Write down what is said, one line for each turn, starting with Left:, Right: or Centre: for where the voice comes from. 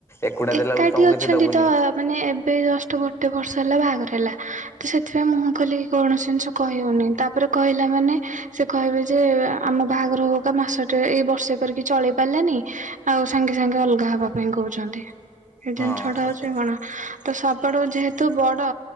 Left: ଏକୁଟିଆ କଣ
Right: ଏକାଠି
Left: ଦେଲା ବେଳକୁ ତମକୁ
Right: ଅଛନ୍ତି
Left: କିଛି ଦବନି
Right: ତ ମାନେ ଏବେ ଜଷ୍ଟ ଗୋଟେ ବର୍ଷ ହେଲା ବାହାଘର ହେଲା ତ ସେଥିପାଇଁ ମୁହଁ ଖୋଲିକି କୌଣସି ଜିନିଷ କହି ହଉନି ତାପରେ କହିଲା ମାନେ ସେ କହିବେ ଯେ ଆମ ବାହାଘର ହଉବକା ମାସ ଟେ ଏଇ ବର୍ଷେ କରିକି ଚଳେଇ ପାଲାନି। ଆଉ ସାଙ୍ଗେ ସାଙ୍ଗେ ଅଲଗା ହବା ପାଇଁ କହୁଛନ୍ତି ଏଦିନ
Left: ହଁ
Right: ଛଡା
Left: ସେଟା
Right: ହଉଛି କଣ? ତ ସବଡ ଯେହେତୁ ବଡ